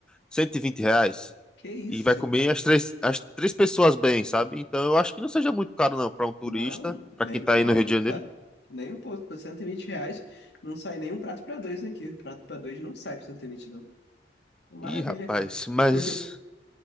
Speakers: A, in the centre; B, on the left (about 75°).
A: 120 reais.
B: Que isso,
A: E vai comer as três, as três pessoas bem, sabe? Então eu acho que não seja muito caro, não, para um turista,
B: Não, nem
A: para quem tá
B: um pouco,
A: aí no Rio de Janeiro.
B: cara. Nem um pouco. Por 120 reais não sai nem um prato pra dois aqui. Prato pra dois não sai por 120, não. Maravilha,
A: Ih, rapaz,
B: cara.
A: mas,
B: <laughs>